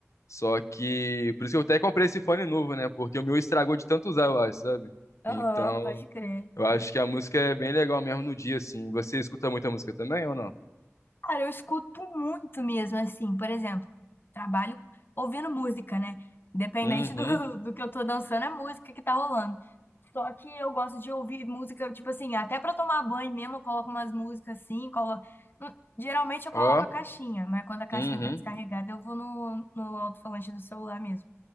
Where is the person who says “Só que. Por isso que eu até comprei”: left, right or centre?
Left